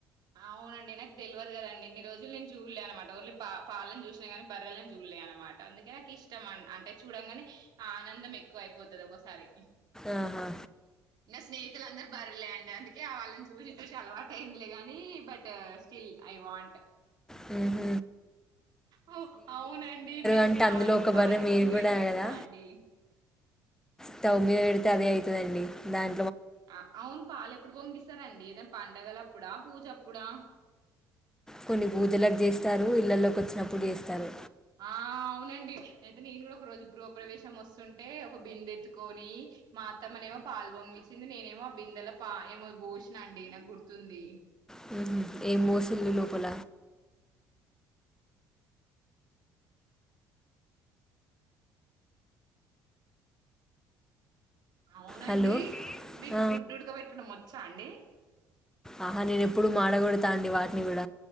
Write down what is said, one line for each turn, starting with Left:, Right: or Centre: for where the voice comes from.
Right: అవునండి నాకు తెలియదు కదండి ఇన్ని రోజులు నేను చూడలే అనమాట ఓన్లీ బ పాలను చూసినా గానీ బర్రలను చూడలే అనమాట అందుకే నాకు ఇష్టం అం అంటే చూడగానే ఆనందం ఎక్కువ అయిపోతుంది ఒకసారి
Centre: ఆహా
Right: నా స్నేహితులందర్ బర్రెలె అండి అందుకే వాళ్ళని చూసి చూసి అలవాటైందిలే గా నీ బట్ స్టిల్ ఐ వాంట్
Centre: హ్ హ్
Right: అవు అవునండి మీకు
Centre: అంటే
Right: పాల్
Centre: అందులో ఒక
Right: పాలు
Centre: బర్రె మీరు
Right: పొంగీయడం
Centre: కూడా
Right: వచ్చా
Centre: కదా
Right: అండి
Centre: స్టవ్ మీద పెడితే అదే అయితదండి. బ్యాం
Right: ఆ అవును పాలు ఎప్పుడు పొంగిస్తా వస్తారంండి ఏనా పండగల అప్పుడా పూజ అప్పుడా
Centre: కొన్ని పూజలకు చేస్తారు ఇళ్లల్లోకి వచ్చినప్పుడు చేస్తారు
Right: ఆ అవునండి అయితే నేను కూడా ఒక రోజు గృహ ప్రవేశం వస్తుంటే ఒక బిందె ఎత్తుకొని మా అత్తమ్మనే ఏమో పాల్ పొంగించింది నేనేమో ఆ బిందెలా పా ఏమో బూషిన అండి నాకు గుర్తుంది
Centre: హాహ ఏ మోసిలు లోపల
Right: అవునండి
Centre: హలో
Right: మీకు
Centre: ఆ,
Right: గుడ్డుడుక పెట్టడం వచ్చా అండి
Centre: ఆహా నేన్ ఎప్పుడు మాడగొడతా అండి వాటిని గుడ